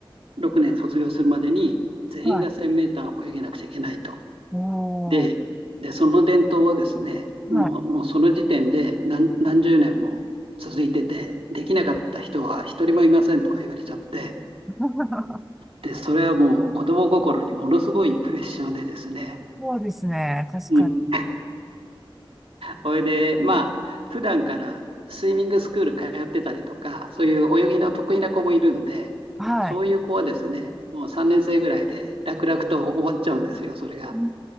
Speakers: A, on the right; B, in the centre.
A: 6年卒業するまでに全員が1000メーター泳げなくちゃいけないと。
B: はい。お
A: で、
B: ー、
A: でその伝統はですね、もうもうその時点で何何十年も続いてて、
B: はい。
A: できなかった人は一人もいませんとか言われちゃって、
B: <laughs>
A: で、それはもう子供心にものすごいプレッシャーでですね。
B: そうですね、確かに。
A: うん。それで、まあ、普段からスイミングスクール通ってたりとか、そういう泳ぎの得意な子もいるんで、
B: はい。
A: そういう子はですね、もう3年生ぐらいで楽々と終わっちゃうんですよ、それが。
B: うん